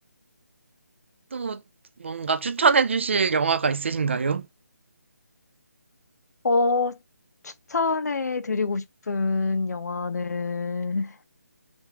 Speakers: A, on the right (about 45°); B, on the left (about 75°).
A: 또 뭔가 추천해 주실 영화가 있으신가요?
B: 어, 추천해 드리고 싶은 영화는.